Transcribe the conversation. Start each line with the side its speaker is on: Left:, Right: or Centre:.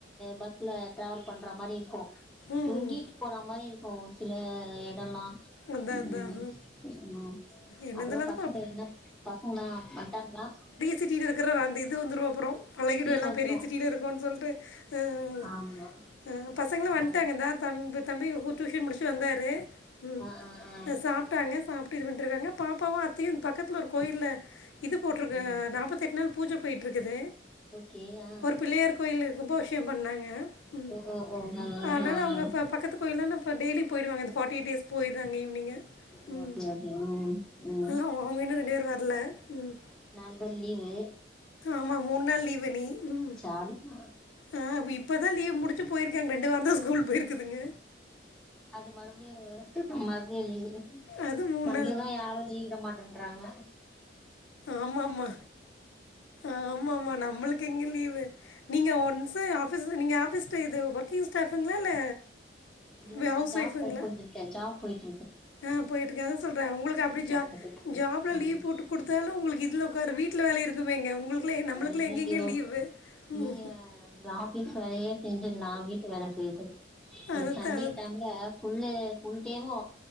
Centre: பஸ்ல டிராவல் பண்ற மாரி இருக்கும்
Left: ம்
Centre: தொங்கிட்டு
Left: ம்
Centre: போற மாரி இருக்கும் ஒரு சில எடல்லா
Left: அதான்
Centre: ம்
Left: அதான்
Centre: ம்
Left: என்னது
Centre: அப்றோம்
Left: அது
Centre: பசங்க
Left: பாப்
Centre: என்ன பசங்கல்லா வன்ட்டாங்ளா
Left: சிட்டினு இருக்கற அந்த இது வந்துரு அப்புறோ பழகிடு
Centre: ஃபீல்
Left: எல்லாம்
Centre: வந்துரு
Left: பெரிய சிட்டில இருக்கோன்னு சொல்ட்டு ம்
Centre: ஆமா
Left: ஆ பசங்களா வன்ட்டாங்க
Centre: ஆ
Left: இந்தா தம்பி தம்பி கு டூஷன் முடிச்சி வந்தாரு ம்
Centre: ஆ ஆ ஆ
Left: சாப்ட்டாங்க சாப் ட்டு இது பண்ட்ருக்காங்க பாப்பாவு அத்தையு பக்கத்துல ஒரு கோயில இது போட்ருக்க
Centre: ம்
Left: நாப்பத்தெட்டு நாள் பூஜ போய்ட்ருக்குது
Centre: ஓகே ஆ
Left: ஒரு பிள்ளையார் கோயிலு கும்பாவிஷே பண்ணாங்க ம்
Centre: ஓ ஓ ஓ ஆ
Left: அனால
Centre: ஆ
Left: அவங்க
Centre: ஆ
Left: பக்கத்து கோயிலான ப டெய்லி போய்டுவாங்க இந்த ஃபாட்டியேட் டேஸ் போய்ட்ராங்க ஈவினிங்கு
Centre: ஓகே
Left: ம்
Centre: ஓகே ஓகே ம் ம்
Left: இல்ல அவுங்க இன்னு ரெண்டு பேர் வர்ல ம்
Centre: நாலு பேரு லீவு
Left: ஆமா மூணு நாள் லீவு இனி ம்
Centre: அடிப்ப
Left: அ இப்பதா லீவு முடிஞ்சு போய்ருக்காங்க ரெண்டு வாரந்தா ஸ்கூல் போய்ருக்குதுங்க
Centre: அது மறுபடியு மறுபடியு லீவு
Left: அது மூணு
Centre: நம்மளதா யாரு லீவு விட மாட்டேறாங்க
Left: ஆமா ஆமா ஆமா ஆமா நம்மளுக் எங்க லீவு நீங்க ஒன்ஸு ஆஃபீஸ் நீங்க ஆஃபீஸ்ட் இது ஒர்க்கிங் ஸ்டாஃபுங்ளா இல்ல
Centre: இது
Left: அ அவுஸ்
Centre: ஜாப்
Left: ஒய்ஃபுங்ளா
Centre: போய் போயிட்ருக்கே ஜாப் போய்ட்
Left: அ போய்ட்ருக்க அதா சொல்றே உங்ளுக் அப்டி ஜா
Centre: ஜாப் போயிட்ருக்கே
Left: ஜாப்ல
Centre: ம்
Left: லீவு போட்டு குடுத்தாலு உங்ளுக்கு இதுல உக்காரு வீட் ல வேல இருக்குமேங்க உங்ளுக்ளா நம்ளுக்குளா
Centre: ஐயையோ
Left: எங்கங்க லீவு ம்
Centre: நீங்க இந்த ஆஃபீஸ் வேலையே செஞ்சிடலா வீட்டு வேல செய்றதுக்கு இந்த
Left: அதுதான்
Centre: சண்டே
Left: அது
Centre: டம் த ஃபுல்லு ஃபுல்டேவு